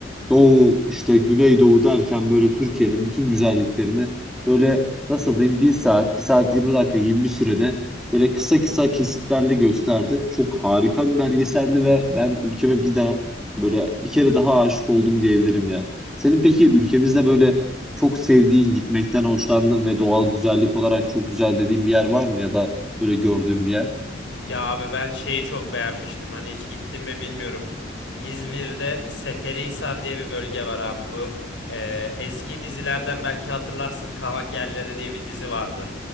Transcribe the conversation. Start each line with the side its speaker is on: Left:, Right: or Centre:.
Centre: Doğu işte Güneydoğu derken böyle Türkiye'nin bütün güzelliklerini böyle nasıl diyeyim bir saat, bir saat 20 dakika gibi bir sürede böyle kısa kısa kesitlerle gösterdi. Çok harika bir belgeseldi ve ben ülkeme bir daha böyle bir kere daha aşık oldum diyebilirim ya. Senin peki ülkemizde böyle çok sevdiğin, gitmekten hoşlandığın ve doğal güzellik olarak çok güzel dediğin bir yer var mı ya da böyle gördüğün bir yer?
Left: Ya abi ben şeyi çok beğenmiştim. Hani hiç gittim mi bilmiyorum. İzmir'de Seferihisar diye bir bölge var abi. Bu e, eski dizilerden belki hatırlarsın. Kavak Yerleri diye bir dizi vardı.